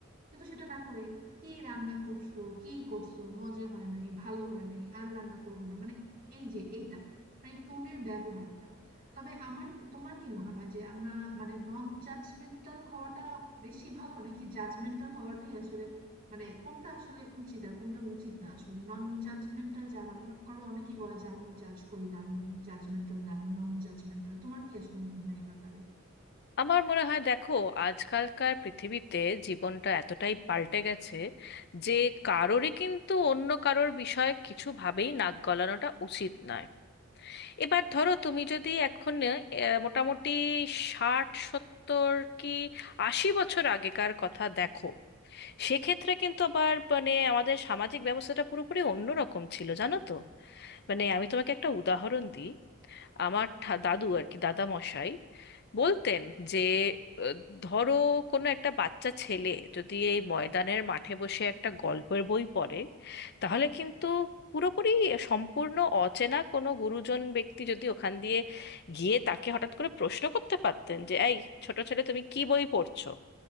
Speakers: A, on the right (about 45°); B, on the left (about 50°).
A: কিন্তু সেটা না করে কি রান্না করছো কি করছো মজা হয় নাই ভালো হয় নাই আর রান্না করবে না মানে এই যে এইটা মানে টোনের ব্যবহারটা তবে আমার তোমার কি মনে হয় যে আমরা মানে নন জাজমেন্টাল হওয়াটা বেশি ভালো নাকি জাজমেন্টাল হওয়াটাই আসলে মানে কোনটা আসলে উচিত আর কোনটা উচিত না আসলে নন জাজমেন্টাল যারা মনে করো অনেকেই বলে যে আমি জাজ করি না আমি জাজমেন্টাল না আমি নন জাজমেন্টাল তোমার কি আসলে মনে হয় এ ব্যাপারে
B: আমার মনে হয় দেখো আজকালকার পৃথিবীতে জীবনটা এতটাই পাল্টে গেছে যে কারোরই কিন্তু অন্য কারোর বিষয়ে কিছু ভাবেই নাক গলানোটা উচিত নয় এবার ধরো তুমি যদি এখন আহ, মোটামুটি ষাট সত্তর কি আশি বছর আগেকার কথা দেখো সেক্ষেত্রে কিন্তু আবার মানে আমাদের সামাজিক ব্যবস্থাটা পুরোপুরি অন্যরকম ছিল জানো তো মানে আমি তোমাকে একটা উদাহরণ দিই আমার ঠা- দাদু আর কি দাদা মশাই বলতেন যে আহ, ধরো কোনো একটা বাচ্চা ছেলে যদি এই ময়দানের মাঠে বসে একটা গল্পের বই পড়ে তাহলে কিন্তু পুরোপুরি সম্পূর্ণ অচেনা কোনো গুরুজন ব্যক্তি যদি ওখান দিয়ে গিয়ে তাকে হঠাৎ করে প্রশ্ন করতে পারতেন যে এই ছোট ছেলে তুমি কি বই পড়ছো